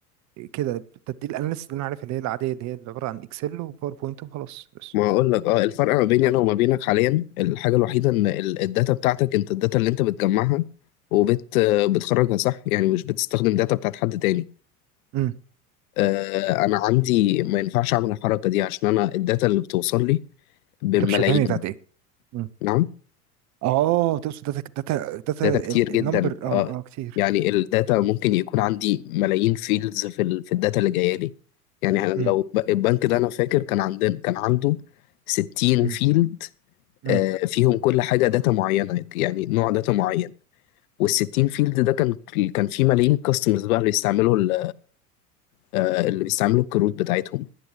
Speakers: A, on the right (about 40°); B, on the left (about 65°).
A: كده بتدي الاناليسيس اللي انا عارف اللي هي العاديه اللي هي اللي عباره عن اكسل وباوربوينت وخلاص بس
B: ما اقول لك اه الفرق ما بيني انا وما بينك حاليا الحاجه الوحيده ان ال- الداتا بتاعتك انت الداتا اللي انت بتجمعها وبت آه، بتخرجها صح يعني مش بتستخدم داتا بتاعت حد تاني
A: امم
B: آه انا عندي ما ينفعش اعمل الحركه دي عشان انا الداتا اللي بتوصل لي بالملايين
A: انت مش فاهمني بتاعت ايه مم.
B: نعم
A: اه تقصد داتا داتا داتا
B: داتا كتير جدا
A: النمبر اه
B: اه
A: اه كتير
B: يعني الداتا ممكن يكون عندي ملايين فيلدز في ال... في الداتا اللي جايه لي يعني أنا لو
A: امم
B: ب- البنك ده انا فاكر كان عندنا كان عنده 60
A: امم
B: فيلد
A: امم
B: آه، فيهم كل حاجه داتا معينه يعني نوع داتا معين وال60 فيلد ده كان كان فيه ملايين كاستمرز بقى اللي بيستعملوا ال- آه، اللي بيستعملوا الكروت بتاعتهم